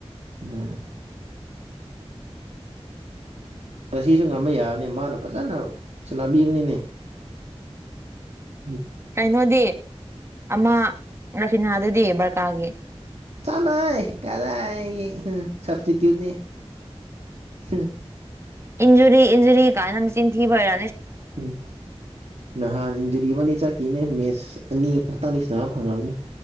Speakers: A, on the right; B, on the right.
A: ꯎꯝ ꯁꯤꯁꯨ ꯉꯝꯃ ꯌꯥꯔꯅꯤ ꯃꯥꯅ ꯐꯖꯅ ꯁꯥꯟꯅꯕꯤꯕꯅꯤꯅꯦ <unintelligible>
B: ꯀꯩꯅꯣꯗꯤ ꯑꯃ ꯔꯐꯤꯅꯥꯗꯨꯗꯤ ꯕꯔꯀꯥꯒꯤ
A: ꯆꯂꯏ ꯀꯗꯑ ꯎꯝ ꯁꯕꯁꯇꯤꯇ꯭ꯌꯨꯠꯅꯤ ꯁꯤ
B: ꯏꯟꯖꯨꯔꯤ ꯏꯟꯖꯔꯤ ꯀꯥꯏꯅ ꯆꯤꯟ ꯊꯤꯕꯔꯦ
A: ꯎꯝ ꯅꯍꯥꯟ ꯏꯟꯖꯔꯤꯃꯅꯤ ꯆꯀꯤꯅꯦ ꯃꯦꯁ ꯑꯅꯤꯈꯛꯇꯪꯗꯤ ꯁꯕ ꯐꯪꯉꯕꯅꯤ